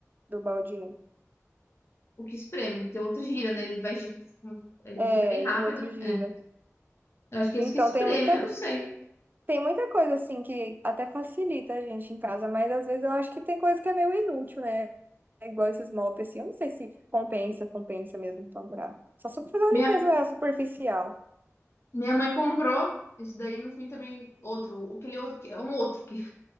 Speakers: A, on the right; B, on the left.
A: do baldinho?
B: O que espreme, tem outra gira, né, ele vai, gi- ele
A: É,
B: gira bem rápido,
A: o outro gira.
B: é. Eu acho que é
A: Então
B: esse que espreme,
A: tem muita,
B: eu não sei.
A: tem muita coisa assim que até facilita a gente em casa, mas às vezes eu acho que tem coisa que é meio inútil, né? É Igual esses mops, assim, eu não sei se compensa, compensa mesmo comprar. Só só pra fazer uma
B: Minha,
A: limpeza superficial.
B: Minha mãe comprou esse daí, no fim também outro, o- aquele outro, que é um outro que,